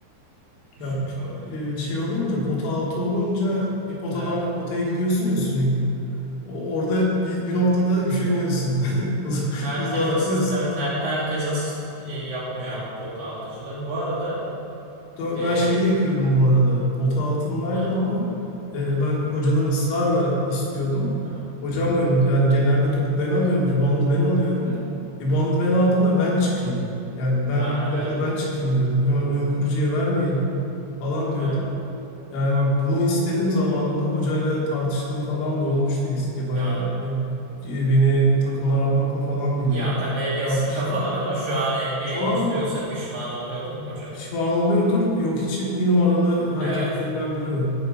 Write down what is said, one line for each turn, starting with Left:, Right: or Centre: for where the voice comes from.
Right: Düşüktü
Left: Ya
Right: o beceriler.
Left: p- e, şey olunca pota altı olunca bir potadan
Right: Evet.
Left: bir potaya gidiyorsun ya sürekli. O- Orada bir, bir noktada üşeniyorsun. <laughs> Uz-
Right: Herkes
Left: Uzağa
Right: asist
Left: atıyorsun.
Right: evet her herkes asist e, yapmıyor ama pota altıcıların. Bu arada
Left: Dö-
Right: e,
Left: Ben
Right: e,
Left: şey de yapıyordum bu arada. Pota altındaydım
Right: ha,
Left: ama e, ben hocadan ısrarla istiyordum.
Right: aha,
Left: Hocam diyordum yani genelde topu ben alıyorum, ribandı ben alıyorum.
Right: evet.
Left: Ribandı ben aldım da ben çıkayım. Yani ben
Right: Ha,
Left: topla
Right: evet,
Left: ben çıkayım diyordum. Hemen oyun kurucuya vermeyelim
Right: evet,
Left: falan diyordum.
Right: evet.
Left: Yani bak bunu istedim zamanında hocayla tartıştığım falan da olmuştu eski bayağı
Right: Ya,
Left: yani. E, Beni takımdan atmakla falan bile
Right: ya tabii eski
Left: şey yapmıştı.
Right: kafalar ama şu an NBA'yi
Left: Şu an
Right: izliyorsa pişman oluyordur hoca.
Left: pişman oluyordur. Yok için bir numaralı hareketlerinden
Right: Evet.
Left: biri o.